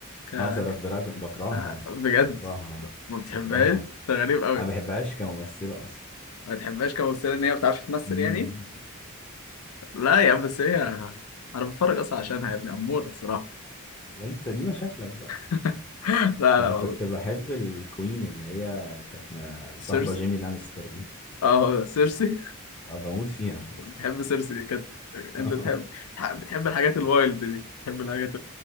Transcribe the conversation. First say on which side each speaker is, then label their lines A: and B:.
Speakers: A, on the left (about 80°); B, on the left (about 25°).
A: ك... ك-
B: ماذر أوف دراجون بكرهها
A: آه، بجد
B: بكرهها
A: ما بتحبهاش
B: بكرهها
A: ده غريب قوي
B: انا ما بحبهاش كممثله اصلا
A: ما بتحبهاش كممثله ان هي ما بتعرفش تمثل
B: مم.
A: يعني لا يا عم بس هي انا بتفرج اصلا عشانها يا ابني اموره الصراحه
B: <laughs> انت دي مشاكلك بقى
A: <laughs> لا
B: انا
A: لا والله
B: كنت بحب الكوين اللي هي كانت م-
A: سيرسي
B: مصاحبه جيمي لانستر دي
A: اه هو ده سيرسي
B: أنا بموت فيها
A: بتحب سيرسي دي كانت انت
B: <laughs>
A: بتحب بتحب الحاجات الوايلد دي بتحب الحاجات